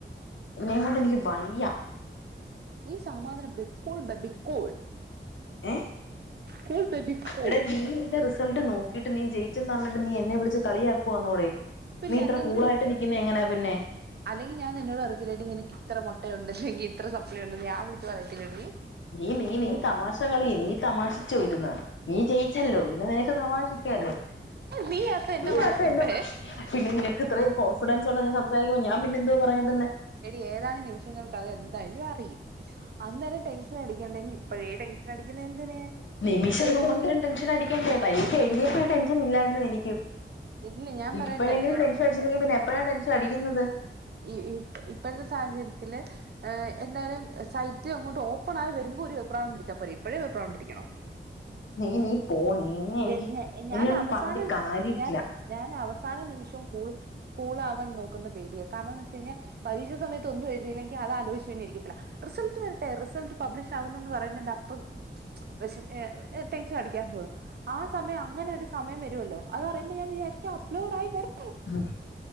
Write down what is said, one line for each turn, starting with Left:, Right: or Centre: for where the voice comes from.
Left: എന്നേങ്ങോണ്ടെനിക്ക് വയ്യ
Right: നീ സമാധാനപെട് കൂൾ ബേബി കൂൾ
Left: ഏ
Right: കൂൾ ബേബി കൂൾ
Left: എടാ നീ നിൻ്റെ റിസൽ സൽട്ട് നോക്കിട്ട് നീ ജെയിചെന്നർഞ്ഞിട്ട് നീ എന്നെ വിള്ച്ച് കളിയാക്കുവാന്നോടെ
Right: പിന്നെന്നാ
Left: നീ ഇത്ര കൂളായിട്ട്
Right: നിന്നെ
Left: നിക്കുന്നെ എങ്ങനാ പിന്നെ
Right: അല്ലെങ്ങി ഞാ നിന്നോടറയത്തില്ലേടീ നിനക്കിത്ര മൊട്ടയുണ്ട് ഇല്ലെങ്കി ഇത്ര സപ്ലിയുണ്ടെന്ന് ഞാൻ വിളിച്ച് പറയത്തില്ലെടീ
Left: നീ നീ നീ തമാശകളി നീ തമാശിച്ചോ ഇരുന്ന് നീ ജയിച്ചല്ലോ പിന്നെ നിന ക്ക് തമാശിക്കാലോ
Right: നീ അപ്പ എന്നെ
Left: <unintelligible>
Right: മറക്കട്ടെ
Left: പിന്നെ നിനക്ക് ഇത്രയും കോൺഫിഡൻസോണ്ട് നീ സംസാരിക്കുമ്പോ ഞാൻ പിന്നെന്തോ പറയേണ്ട്ന്നെ
Right: എടി ഏതാനും നിമിഷങ്ങൾക്കകം എന്തായാലു അറിയും അന്നേരം ടെൻ ശനടിക്കണ്ടേനി ഇപ്പഴേ ടെൻഷനടിക്കുന്ന ഏന്തിന്
Left: നിമിഷം നുമ്പെങ്കിലും ടെൻഷൻ അടിക്കണ്ടേ പരീക്ഷ എഴ്തിയപ്പോ ഈ ടെൻഷനില്ലായിരുന്നു എനിക്കും
Right: ഇല്ല ഞാൻ
Left: ഇപ്പഴെങ്കിലും
Right: പറയട്ടെ
Left: ടെൻഷടിച്ചില്ലെങ്കി പിന്നെപ്പഴാ ടെൻഷടിക്കുന്നത്
Right: ഈ ഇപ്പ് ഇപ്പഴത്തെ സാഹചര്ത്തില് ഏഹ് എന്താലും സൈറ്റ് അങ്ങോട്ട് ഓപ്പണായി വരുമ്പൊ ഒരു വെപ്രാളം പിടിച്ച പോരെ ഇപ്പഴേ വെപ്രാളം പിടിക്കണോ
Left: നീ നീ പോ നിന്നെ എനിക്ക്
Right: എൻ ഞാ എൻ
Left: നിന്നെ
Right: ഞാനവസാനം
Left: ഒന്നും പറഞ്ഞിട്ട് കാര്യമില്ല
Right: ഞാന് ഞാനവസ സാന നിമിഷോം കൂൾ കൂളാവാൻ നോക്കുന്ന ബേബ്യ കാരണന്തന്നോയ്ച്ചെയ്ഞ പരീക്ഷ സമയത്ത് ഒന്നൊഴ്തിയില്ലെ ക്കി അതാലോയ്ച്ച് പിന്നെരിക്കത്തില്ല റിസൾട്ട് വരട്ടെ റിസൾട്ട് പബ്ലിഷ് ആവുന്നന്ന് പറയുന്നിന്റെ അപ്പം ടെശു ഏ എ ടെൻഷടിക്കാൻ പോകും ആ സമയ് അങ്ങനൊരു സ സമയം വരുവല്ലോ അതറിയുബ ഞാൻ വിചാരിക്കും അപ്ലോഡായി വര്
Left: ഉം